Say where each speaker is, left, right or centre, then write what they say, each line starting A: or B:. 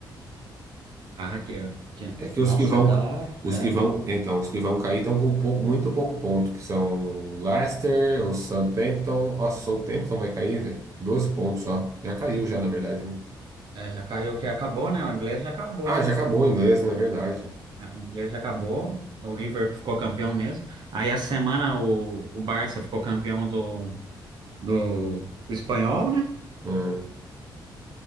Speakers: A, on the right; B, on the right.
A: ah, que, que,
B: É que
A: nossa,
B: os que vão,
A: tá,
B: os
A: é,
B: que vão, então, os que vão cair estão com pouco, muito pouco ponto, que são o Leicester, o Southampton. Nossa, o Southampton vai cair, velho. doze pontos só. Já caiu já, na verdade, né?
A: é, já caiu que acabou, né? O inglês já acabou,
B: Ah,
A: né?
B: já acabou o inglês, na verdade.
A: É, O inglês já acabou, o Liverpool ficou campeão mesmo. Aí a semana o, o Barça ficou campeão do, do do espanhol, né?
B: Ah,